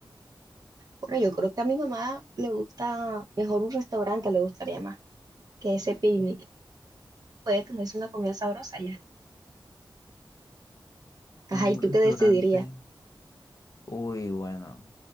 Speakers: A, on the right (about 50°); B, on the left (about 45°).
A: Bueno, yo creo que a mi mamá le gusta mejor un restaurante, le gustaría más que ese picnic. Puede comerse una comida sabrosa ya. Ajá,
B: Un
A: ¿y tú
B: restaurante.
A: qué decidirías?
B: Uy, bueno,